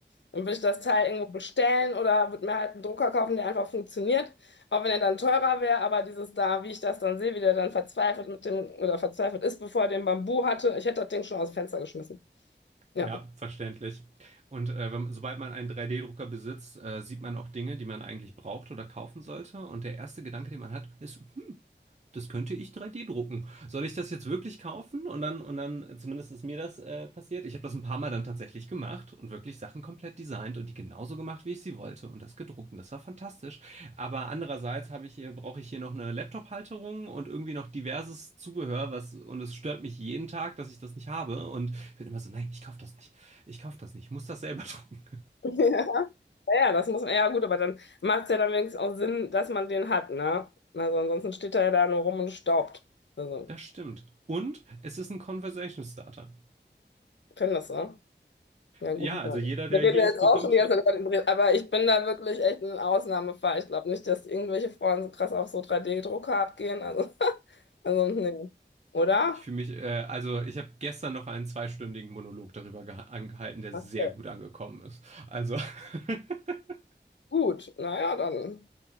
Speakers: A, on the left (about 75°); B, on the right (about 40°).
A: Und würde ich das Teil irgendwo bestellen oder würde mir halt einen Drucker kaufen, der einfach funktioniert, auch wenn er dann teurer wäre, aber dieses da, wie ich das dann sehe, wie der dann verzweifelt mit dem oder verzweifelt ist, bevor er den Bambu hatte, ich hätte das Ding schon aus dem Fenster geschmissen. Ja.
B: Ja, verständlich. Und äh, wenn, sobald man einen drei d drucker besitzt, äh, sieht man auch Dinge, die man eigentlich braucht oder kaufen sollte. Und der erste Gedanke, den man hat, ist, hm, das könnte ich 3D drucken. Soll ich das jetzt wirklich kaufen? Und dann, und dann, zumindest ist mir das äh, passiert. Ich habe das ein paar Mal dann tatsächlich gemacht und wirklich Sachen komplett designt und die genauso gemacht, wie ich sie wollte und das gedruckt. Und das war fantastisch. Aber andererseits habe ich hier, brauche ich hier noch eine Laptop-Halterung und irgendwie noch diverses Zubehör, was, und es stört mich jeden Tag, dass ich das nicht habe. Und bin immer so, nein, ich kaufe das nicht. Ich kaufe das nicht. Ich muss das selber <laughs> drucken.
A: <laughs> Ja, ja, das muss man, ja gut, aber dann macht es ja dann wenigstens auch Sinn, dass man den hat, ne? Also ansonsten steht er ja da nur rum und staubt. Also,
B: Das stimmt. Und es ist ein Conversation Starter.
A: ich kenn das, ne? Ja,
B: Ja,
A: gut,
B: also
A: Mann.
B: jeder, der
A: Wir reden
B: hier
A: ja
B: ist,
A: jetzt
B: bekommt
A: auch schon die ganze Zeit über den Dreh, aber ich bin da wirklich echt ein Ausnahmefall. Ich glaube nicht, dass irgendwelche Frauen so krass auf so 3D-Drucker abgehen. Also, <laughs> also nee. Oder?
B: Ich fühle mich, äh, also ich habe gestern noch einen zweistündigen Monolog darüber geha- angehalten, der sehr
A: Okay.
B: gut angekommen ist. Also, <laughs>
A: Gut, naja, dann.